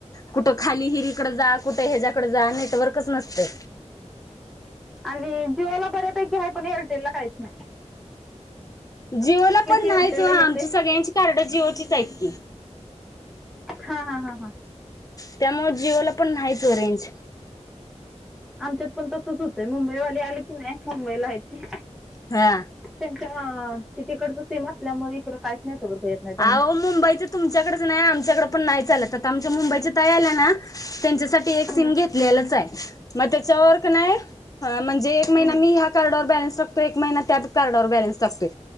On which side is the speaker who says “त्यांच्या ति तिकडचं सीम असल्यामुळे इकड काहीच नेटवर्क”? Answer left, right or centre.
Centre